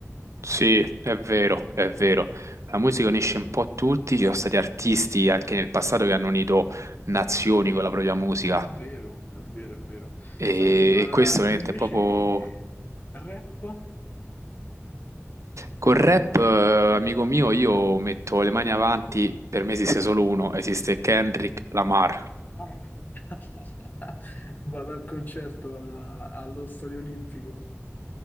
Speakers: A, on the right; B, on the left.
A: Sì, è vero, è vero. La musica unisce un po' tutti, ci sono stati artisti anche nel passato che hanno unito nazioni con la propria musica
B: È vero, è vero, è vero.
A: e,
B: Senti, ma
A: e questo veramente
B: invece
A: è proprio...
B: rap?
A: Col rap, eh, amico mio, io metto le mani avanti, per me esiste solo uno, esiste Kendrick Lamar.
B: <laughs> Vado al concerto a- allo Stadio Olimpico.